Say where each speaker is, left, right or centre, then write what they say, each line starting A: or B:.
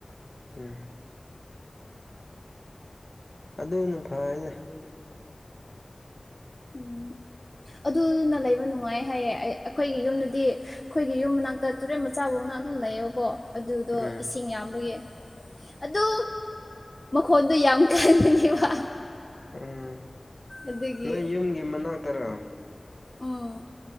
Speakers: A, on the left; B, on the left.
A: ꯎꯝ ꯑꯗꯨꯗꯅ ꯐꯥꯏꯗꯦ
B: ꯎꯝ ꯑꯗꯨꯅ ꯂꯩꯕ ꯅꯨꯡꯉꯥꯏ ꯍꯥꯏꯌꯦ ꯑꯩꯈꯣꯏꯒꯤ ꯌꯨꯝꯗꯗꯤ ꯑꯩꯈꯣꯏꯒꯤ ꯌꯨꯝ ꯃꯅꯥꯛꯇ ꯇꯨꯔꯦꯟ ꯃꯆꯥ ꯐꯧꯅ ꯑꯗꯨꯝ ꯂꯩꯌꯣꯀꯣ ꯑꯗꯨꯗꯣ
A: ꯎꯝ
B: ꯏꯁꯤꯡ ꯌꯥꯝꯕꯒꯤ ꯑꯗꯨ ꯃꯈꯣꯟꯗꯣ ꯌꯥꯝ ꯀꯟꯕꯅꯦꯕ
A: ꯎꯝ
B: ꯑꯗꯨꯒꯤ
A: ꯅꯣꯏ ꯌꯨꯝꯒꯤ ꯃꯅꯥꯛꯇꯔꯥ
B: ꯎꯝ